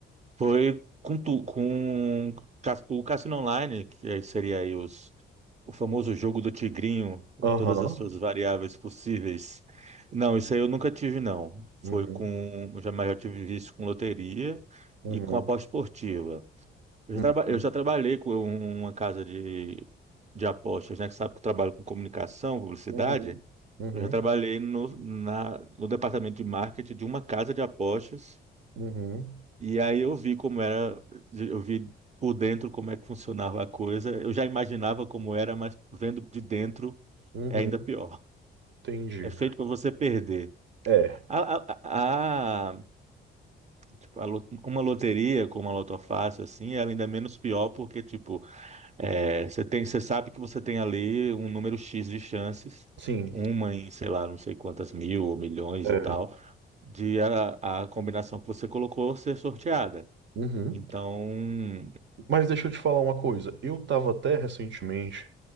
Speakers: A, on the right; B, on the right.
A: foi com, tu, com cas- o Cassino Online, que aí seria aí os, o famoso jogo do tigrinho e
B: Aham.
A: todas as suas variáveis possíveis. Não, isso aí eu nunca tive, não. Foi
B: Uhum.
A: com, eu jamais eu tive vício com loteria
B: Uhum.
A: e com aposta esportiva. Eu
B: Uhum.
A: já, traba- eu já trabalhei com uma casa de, de apostas, né? Que sabe que eu trabalho com comunicação, publicidade.
B: Uhum. Uhum.
A: Eu já trabalhei no, na, no departamento de marketing de uma casa de apostas.
B: Uhum.
A: E aí eu vi como era, eu vi por dentro como é que funcionava a coisa. Eu já imaginava como era, mas vendo de dentro
B: Uhum.
A: é ainda pior.
B: Entendi.
A: É feito para você perder.
B: É,
A: A, a, a- tipo, a lo- uma loteria com uma lotofácil, assim, é ainda menos pior porque, tipo, É, você tem, você sabe que você tem ali um número X de chances,
B: sim.
A: uma em, sei lá, não sei quantas mil ou milhões
B: É.
A: e tal, de a, a combinação que você colocou ser sorteada.
B: Uhum.
A: Então,
B: Mas deixa eu te falar uma coisa. Eu tava até recentemente,